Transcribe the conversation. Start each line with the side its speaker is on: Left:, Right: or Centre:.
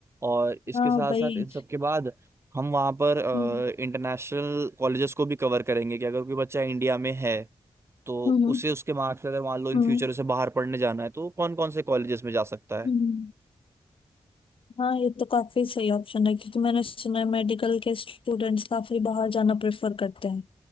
Right: और इसके
Left: हाँ
Right: साथ
Left: भाई
Right: साथ इन सब के बाद हम वहाँ पर
Left: हम्म
Right: इंटरनेशनल कॉलेजेस को भी कवर करेंगे कि अगर कोई बच्चा इंडिया में है तो
Left: हम्म हम्म
Right: उसे उसके मार्क्स अगर मान लो इन
Left: हम्म
Right: फ्यूचर उसे बाहर पढ़ने जाना है तो कौन कौन से कॉलेजेस में जा सकता है
Left: हम्म। हाँ ये तो काफी सही ऑप्शन है क्योंकि मैंने सुना है मेडिकल के स्टूडेंट्स काफी बाहर जाना प्रेफर करते हैं